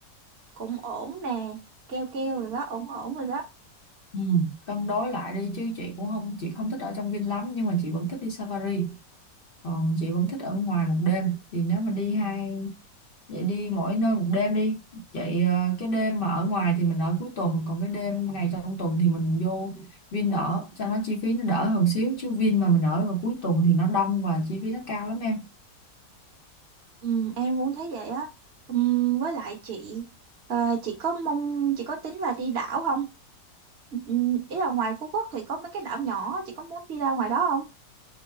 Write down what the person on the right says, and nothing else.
cũng ổn nè keo keo rồi đó ổn ổn rồi đó
ừ, em cũng thấy vậy á ừ, với lại chị à, chị có mong chị có tính là đi đảo không ừ, ý là ngoài Phú Quốc thì có mấy cái đảo nhỏ chị có muốn đi ra ngoài đó không